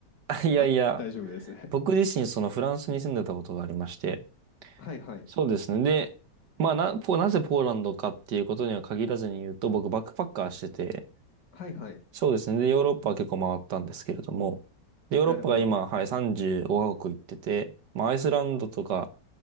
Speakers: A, on the right; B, on the left.
A: <laughs> いやいや、
B: あ、あ、大丈夫です。<laughs>
A: 僕自身そのフランスに住んでたことがありまして、
B: はいはい。
A: そうですね。で、まあな、ポなぜポーランドかっていうことには限らずに言うと、僕バックパッカーしてて、
B: はいはい。
A: そうですね。で、ヨーロッパは結構回ったんですけれども、で、ヨーロッパが今、
B: なるほど。
A: はい、35カ国行ってて、まあ、アイスランドとか、